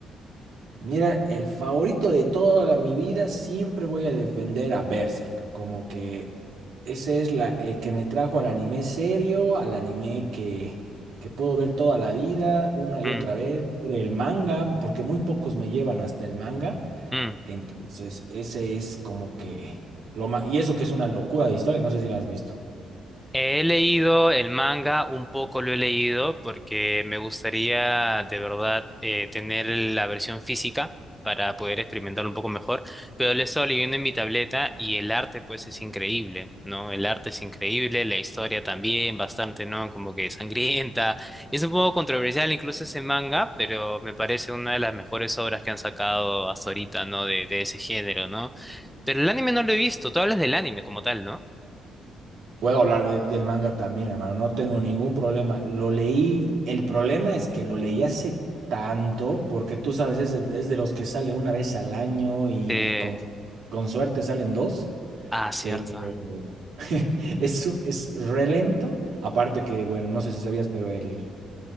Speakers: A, on the right; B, in the centre.
A: Mira, el favorito de toda la- mi vida, siempre voy a defender a Berserk. Como que ese es la, el que me trajo al anime serio, al anime que, que puedo ver toda la vida, una y
B: Mm,
A: otra vez, leer el manga, porque muy pocos me llevan hasta el manga.
B: mm.
A: Entonces, ese es como que lo ma- Y eso que es una locura de historia, no sé si la has visto.
B: He leído el manga, un poco lo he leído porque me gustaría de verdad eh, tener la versión física para poder experimentar un poco mejor, pero lo he estado leyendo en mi tableta y el arte pues es increíble, ¿no? El arte es increíble, la historia también, bastante, ¿no? Como que sangrienta. Y es un poco controversial incluso ese manga, pero me parece una de las mejores obras que han sacado hasta ahorita, ¿no? De, de ese género, ¿no? Pero el anime no lo he visto, tú hablas del anime como tal, ¿no?
A: Puedo hablar de- del manga también, hermano, no tengo ningún problema. Lo leí, el problema es que lo leí hace tanto, porque tú sabes, es de, es de los que sale una vez al año y, y
B: Eh,
A: con, con suerte salen dos,
B: Ah, cierto.
A: pero <laughs> es, un- es re lento. Aparte que, bueno, no sé si sabías, pero el,